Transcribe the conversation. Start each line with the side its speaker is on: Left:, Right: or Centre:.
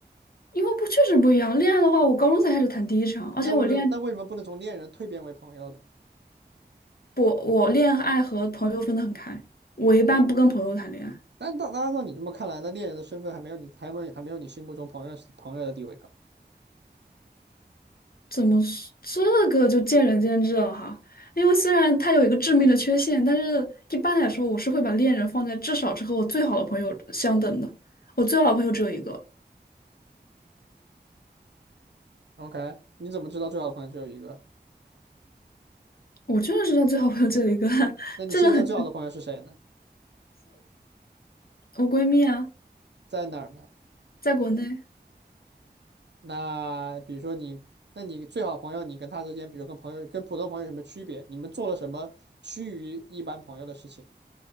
Left: 因为不确实不一样。恋爱的话，我高中才开始谈第一场，而且我恋
Right: 那为什么那为什么不能从恋人蜕变为朋友呢？
Left: 不我恋爱和朋友分得很开。我一般不跟朋友谈恋爱，
Right: 但但按照你这么看来，那猎人的身份还没有你，还没有还没有你心目中朋友朋友的地位高。
Left: 怎么说这个就见仁见智了哈。因为虽然它有一个致命的缺陷，但是一般来说，我是会把恋人放在至少是和我最好的朋友相等的。我最好的朋友只有一个，
Right: OK，你怎么知道最好的朋友只有一个？
Left: 我确实知道最好朋友只有一个，<laughs>
Right: 那你现在最好的朋友是谁呢？
Left: 这个很，我闺蜜啊，
Right: 在哪儿呢？
Left: 在国内。
Right: 那比如说你，那你最好的朋友，你跟他之间，比如跟朋友跟普通朋友有什么区别？你们做了什么趋于一般朋友的事情？